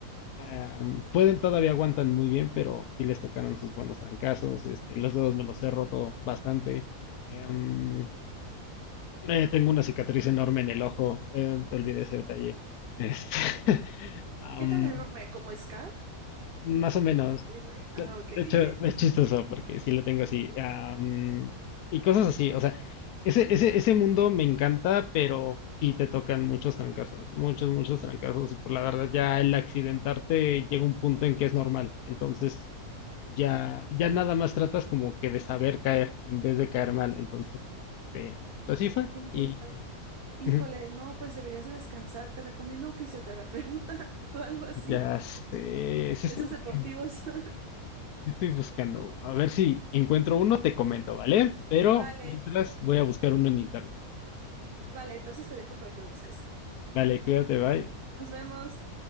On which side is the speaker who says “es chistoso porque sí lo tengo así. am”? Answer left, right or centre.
Left